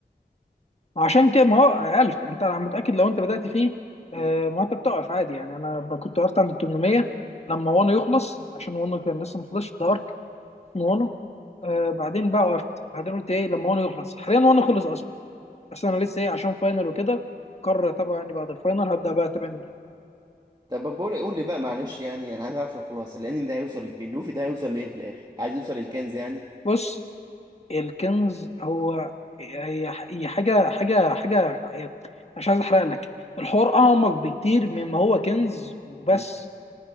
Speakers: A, on the left; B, on the right.
A: عشان كده ما هو 1000 انت انا متاكد لو انت بدات فيه
B: مم.
A: آه، ما انت بتقف عادي يعني انا ب- كنت وقفت عند 800 لما وانو يخلص عشان وانو كان لسه ما خلصش ده ارك من وانو آه بعدين بقى وقفت بعدين قلت ايه لما وانو يخلص حاليا وانو خلص اصلا بس انا لسه ايه عشان فاينل وكده مقرر اتابعه يعني بعد الفاينل هبدا بقى اتابع من جديد
B: طب بقول لك قول لي بقى معلش يعني انا عايز اعرف الخلاصه الانمي ده هيوصل لفين لوفي ده هيوصل لايه في الاخر عايز يوصل للكنز يعني
A: بص الكنز هو هي هي حاجه حاجه حاجه مش عايز احرق لك الحوار اعمق بكتير مما هو كنز وبس
B: مم.